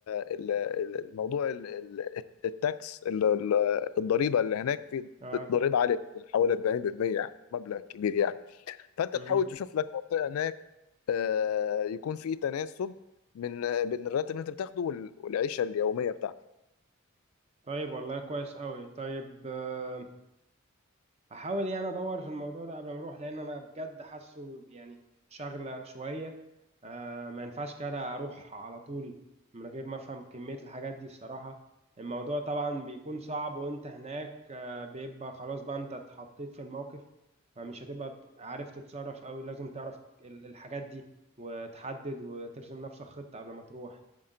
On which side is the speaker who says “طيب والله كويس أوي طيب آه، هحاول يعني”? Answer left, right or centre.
Right